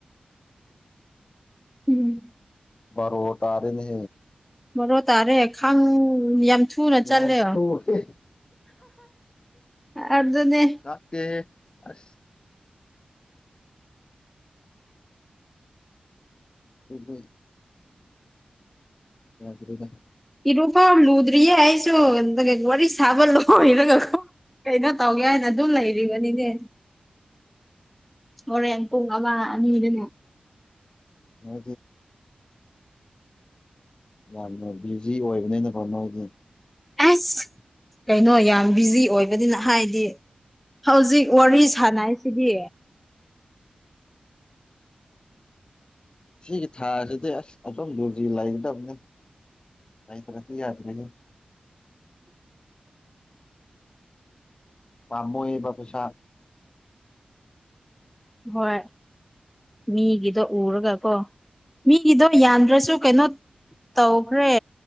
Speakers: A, in the centre; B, on the left.
A: ꯎꯝ
B: ꯔꯣ ꯇꯥꯔꯦꯅꯦ
A: ꯃꯔꯣ ꯇꯥꯔꯦ ꯈꯪ ꯌꯥꯝ ꯊꯨꯅ
B: ꯌꯥꯝ
A: ꯆꯠꯂꯦ
B: ꯊꯨꯋꯦ
A: ꯑꯗꯨꯗꯅꯦ
B: ꯂꯥꯛꯇꯦꯍꯦ ꯑꯁ ꯑꯗꯨ ꯌꯥꯗ
A: ꯏꯔꯄꯣ ꯂꯨꯗꯔꯤ ꯍꯥꯏꯁꯁꯨ ꯋꯥꯔꯤꯔꯤ ꯁꯕ ꯂ ꯏꯔꯒꯣ ꯀꯩꯅꯣ ꯇꯧꯒꯦ ꯍꯥꯏꯅ ꯑꯗꯨꯝ ꯂꯩꯔꯤꯕꯅꯤꯅꯦ ꯍꯣꯔꯦꯟ ꯋꯥ ꯃꯤꯗ
B: ꯃ ꯌꯥꯝꯅ ꯕ꯭ꯌꯨꯖꯤ ꯑꯣꯏꯕꯅꯤꯅ ꯐꯅꯗꯤ
A: ꯑꯁ ꯀꯩꯅꯣ ꯌꯥꯝ ꯕꯤꯖꯤ ꯑꯣꯏꯕꯅꯤꯅ ꯍꯥꯏꯗꯤ ꯍꯧꯖꯤꯛ ꯋꯥꯔꯤ ꯁꯥꯟꯅꯁꯤꯗꯤ
B: ꯁꯤꯒꯤ ꯊꯥꯁꯦꯗꯝ ꯔꯁꯤ ꯂꯥꯏꯗꯝꯅ ꯀꯏ ꯇꯔꯁꯤꯀꯤ ꯌꯥꯗꯔꯦꯒꯦ ꯄꯝꯌꯦꯕ ꯄꯩꯁꯥ
A: ꯍꯣꯏ ꯃꯤꯒꯤꯗꯣ ꯎꯔꯒ ꯀꯣ ꯃꯤꯒꯤꯗꯣ ꯌꯥꯟꯗ꯭ꯔꯁꯨ ꯀꯩꯅꯣ ꯇꯧꯈ꯭ꯔꯦ